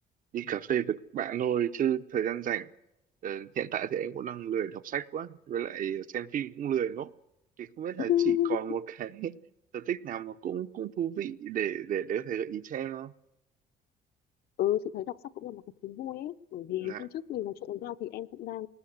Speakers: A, on the right (about 55°); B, on the left (about 70°).
A: đi cà phê với các bạn thôi chứ thời gian rảnh ờ, hiện tại thì em cũng đang lười đọc sách quá với lại xem phim cũng lười lắm thì không biết là
B: <laughs>
A: chị còn một cái <laughs> sở thích nào mà cũng cũng thú vị để để để có thể gợi ý cho em không
B: ừ chị thấy đọc sách cũng là một cái thú vui ấy bởi vì
A: dạ
B: hôm trước mình nói chuyện với nhau thì em cũng đang